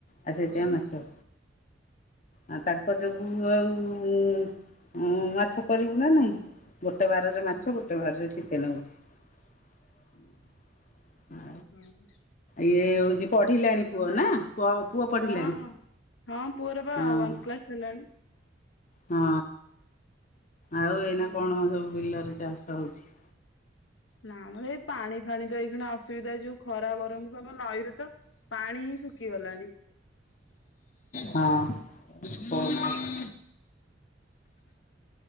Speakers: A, on the left; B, on the left.
A: ଆଜି ସେଇଥିପାଇଁ
B: ହଁ
A: ମାଛ। ଆ ତାଙ୍କ ଯୋଗୁ ଆଉ ମାଛ କରିବୁ ନା ନହିଁ। ଗୋଟେ ବାରରେ ମାଛ
B: ହଁ।
A: ଗୋଟେ ବାରରେ ଚିକେନ ହଉଛି।
B: ହୁଁ ହୁଁ।
A: ଇଏ ହଉଛି ପଢିଲାଣି ପୁଅ ନା? ପୁଅ ପୁଅ ପଢିଲାଣିି
B: ହଁ ହଁ ପୁଅର ବା
A: ହଁ।
B: ୱାନ କ୍ଲାସ ହେଲାଣି।
A: ହଁ ଆଉ
B: ହୁଁ
A: ଏଇନା କଣ ସବୁ ବିଲରେ ଚାଷ ହଉଛି?
B: ନାଁ ମ ଏଇ ପାଣି ଫାଣି ତ ଏଇଖିଣା ଅସ୍ ସୁବିଧା ଏ ଯୋଉ ଖରା ଗରମକୁ ଆମ ନଈରୁ ତ ପାଣି ହିଁ ଶୁକିଗଲାଣି।
A: ହଁ ଫୋନ୍ ଆଉ